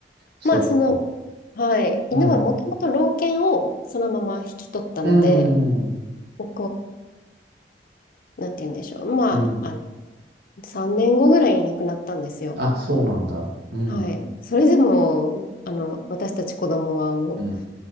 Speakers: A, on the right; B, on the left.
A: そっか。
B: まあその、はい、犬はもともと老犬をそのまま引き取ったので、
A: うん。うん。うん。
B: こう、なんて言うんでしょう、まあ、
A: うんうん
B: あ、3年後ぐらいに亡くなったんですよ。
A: あ、そうなんだ。うん。
B: はい。それでも、あの、私たち子供はもう、
A: うん。